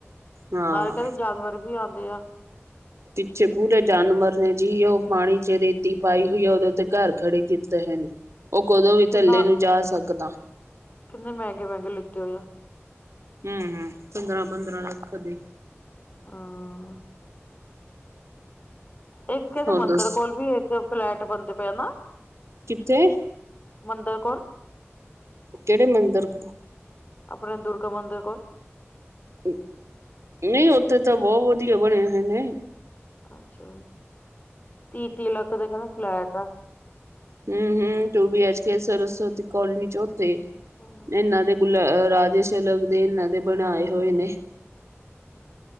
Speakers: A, on the right (about 85°); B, on the left (about 35°).
A: ਹਾਂ
B: ਨਾਲ ਕਹਿੰਦੇ, ਜਾਨਵਰ ਵੀ ਆਉਂਦੇ ਆ
A: ਪਿੱਛੇ ਪੂਰੇ ਜਾਨਵਰ ਨੇ ਜੀ, ਉਹ ਪਾਣੀ ਚ ਰੇਤੀ ਪਾਈ, ਹੋਈ ਹੈ ਉਦੋਂ ਤੇ ਘਰ
B: ਹਮ
A: ਖੜੇ ਕੀਤੇ ਹੈ ਨੇ, ਉਹ ਕਦੋਂ ਵੀ,
B: ਕਿੰਨਾ
A: ਥੱਲੇ ਨੂੰ ਜਾ ਸਕਦਾ
B: ਕਿੰਨੇ, ਮਹਿੰਗੇ -ਮਹਿੰਗੇ ਲਿੱਤੇ ਹੋਏ ਆ
A: ਹਮ-ਹਮ ਪੰਦਰਾ- ਪੰਦਰਾਾਂ ਲੱਖ ਦੇ
B: ਆਂ ਇੱਕ ਕਹਿੰਦੇ
A: ਹੁਣ
B: ਮੰਦਿਰ
A: ਦੱਸ
B: ਕੋਲ ਵੀ, ਇੱਕ ਫਲੈਟ ਬਣਦੇ ਪਏ ਨਾ
A: ਕਿੱਥੇ
B: ਮੰਦਰ ਕੌਲ,
A: ਕਿਹੜੇ, ਮੰਦਿਰ ਕੋ?
B: ਆਪਣਾ ਦੁਰਗਾ ਮੰਦਿਰ, ਕੋਲ
A: ਨਹੀਂ ਉੱਥੇ ਤਾਂ ਬਹੁ, ਵਧੀਆ ਬਣੇ ਹੋਏ ਨੇ
B: ਅੱਛਾ, ਤੀਹ- ਤੀਹ ਲੱਖ ਦਾ ਕਹਿੰਦੇ ਫਲੈਟ ਆ
A: ਹਮ -ਹਮ two B H K Saraswati colony, ਉਥੇ ਇਹਨਾਂ
B: ਹਮ
A: ਦੇ ਗੁਲਾ ਰਾਜੇ ਸ਼ਲਮ ਦੇ, ਇਹਨਾਂ ਦੇ ਬਣਾਏ
B: ਹਾਂ
A: ਹੋਏ ਨੇ